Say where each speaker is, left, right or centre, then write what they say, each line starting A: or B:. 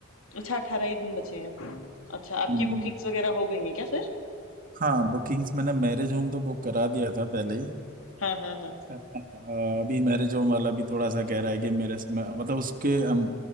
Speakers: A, on the left; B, on the right.
A: अच्छा अठारह ही दिन बचे हैं अच्छा आपकी
B: हम्म
A: बुकिंग्स वगैरह हो गई हैं क्या फिर
B: हाँ बुकिंग्स मैंने मैरिज होम तो बुक करा दिया था पहले ही
A: हाँ हाँ हाँ
B: अ, अभी मैरिज होम वाला भी थोड़ा सा कह रहा है कि मेरे मैं- मतलब उसके अम,